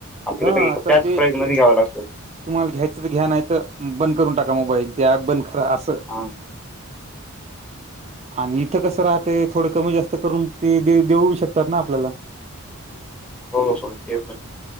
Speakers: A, in the centre; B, on the right.
A: आपल्याला
B: हा
A: एक
B: आता
A: त्याच
B: ते
A: प्राईज मध्ये घ्यावं लागतं.
B: तुम्हाला घ्यायचं तर घ्या नाहीत, बंद करून टाका मोबाईल ते ॲप बंद करा असं.
A: हा.
B: <inaudible> आणि इथं कसं राहतय थोडं कमी जास्त करून ते दे देऊ शकतात ना आपल्याला.
A: हो हो ते पण